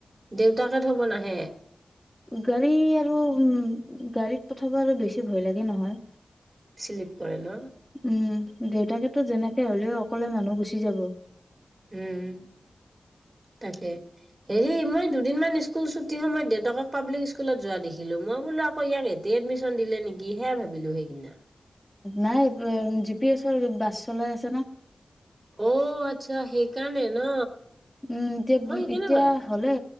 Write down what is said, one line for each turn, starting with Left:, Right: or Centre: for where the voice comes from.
Right: দেউতাকে থব নাহে
Centre: গাড়ী আৰু উ গাড়ীত পঠাব আৰু বেছি ভয় লাগে নহয়
Right: শ্লিপ কৰে ন
Centre: উম দেউতাকেতো যেনেকে হ'লেও অকলে মানুহ গুচি উ যাব
Right: উম, তাকে। হেৰি মই দুদিনমান স্কুল ছুটীৰ সময়ত দেউতক পাব্লিক স্কুলত যোৱা দেখিলো মই বোলো ইয়াক এতে এডমিশ্যন দিলে নেকি সে ভাবিলো সেইদিনা।
Centre: নাই জি পি এছৰ বাছ চলাই আছে না।
Right: অ' আচ্ছা, সেইকাৰণে ন।
Centre: উম' এতিয়া
Right: মই
Centre: উ
Right: সেইকাৰণে
Centre: এতিয়া
Right: ভাবো
Centre: হ'লে